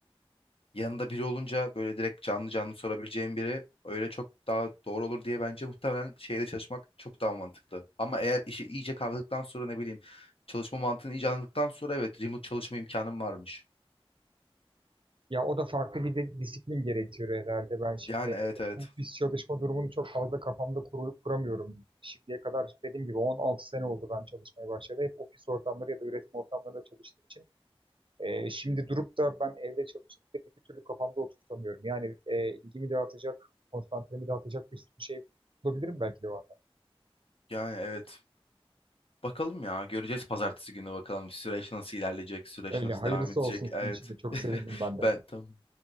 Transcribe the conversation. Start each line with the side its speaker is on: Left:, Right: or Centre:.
Left: yanında biri olunca böyle direkt canlı canlı sorabileceğim biri öyle çok daha doğru olur diye bence muhtemelen şeyde çalışmak çok daha mantıklı. Ama eğer işi iyice kavradıktan sonra ne bileyim çalışma mantığını iyice anladıktan sonra evet remote çalışma imkanım varmış.
Right: Ya o da farklı bir de disiplin gerektiriyor herhalde. Ben şimdi
Left: Yani
Right: evde
Left: evet evet.
Right: home office çalışma durumunu çok fazla kafamda kuru- kuramıyorum. Şimdiye kadar dediğim gibi 16 sene oldu ben çalışmaya başladı. Hep ofis ortamları ya da üretim ortamlarında çalıştığım için Ee, şimdi durup da ben evde çalışıp da bir türlü kafamda oturtamıyorum. Yani e, ilgimi dağıtacak, konsantremi dağıtacak bir sürü şey bulabilirim belki de o anda.
Left: Yani evet. Bakalım ya göreceğiz pazartesi günü bakalım süreç nasıl ilerleyecek, süreç
Right: Öyle
Left: nasıl
Right: hayırlısı
Left: devam edecek.
Right: olsun sizin
Left: Evet.
Right: için de çok
Left: <laughs>
Right: sevindim ben de.
Left: Ben tamam.